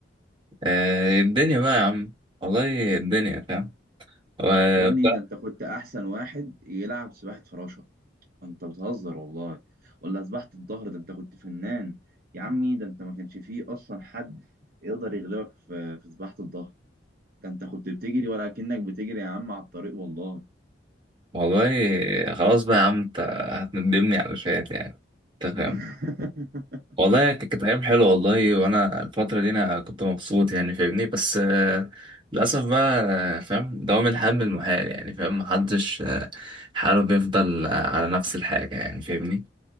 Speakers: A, on the right; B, on the right.
A: اه الدنيا بقى يا عم والله الدنيا فاهم وبصراحة
B: يا ابني ده انت كنت احسن واحد يلعب سباحه فراشه انت بتهزر والله ولا سباحه الظهر ده انت كنت فنان يا عمي ده انت ما كانش فيه اصلا حد يقدر يغلبك في في سباحه الظهر ده انت كنت بتجري ولا كأنك بتجري يا عم على الطريق والله
A: والله خلاص بقى يا عم انت هتندمني على شوية يعني انت فاهم
B: <laughs>
A: والله ك- كانت أيام حلوة والله وأنا الفترة دي أنا كنت مبسوط يعني فاهمني بس آه، للأسف بقى آه، فاهم دوام الحال من المحال يعني فاهم محدش آه، حاله بيفضل آه، على نفس الحاجة يعني فاهمني